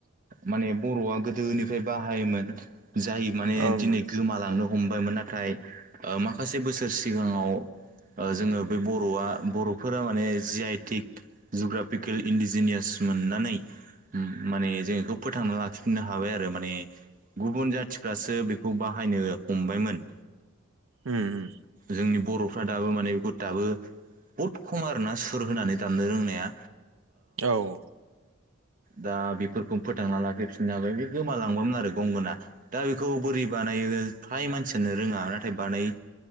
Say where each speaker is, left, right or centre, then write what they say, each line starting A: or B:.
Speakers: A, on the right; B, on the right.
A: माने बर'आ गोदोनिफ्राय बाहायोमोन जाय माने
B: ओं
A: दिनै गोमालांनो हमबायमोन नाथाय माखासे बोसोर सिगाङाव जोङो बे बर'आ बर'फोरा माने जि आइटिक जुग्राफिकेल इन्डिजिनियास मोननानै माने जों बेखौ फोथांना लाखिफिननो हाबाय आरो माने गुबुन जाथिफ्रासो बेखौ बाहायनो हमबायमोन
B: उम उम
A: जोंनि बर'फ्रा दाबो माने बेखौ दाबो बहुद खम आरोना सुर होनानै दामनो रोंनाया।
B: औ ओं
A: दा बेफोरखौ फोथांना लाखैफिननो हाबाय बे गोमालांबामोन आरो गंगोना दा बेखौ बोरै बानायो फ्राय मानसियानो रोङा नाथाय बानाय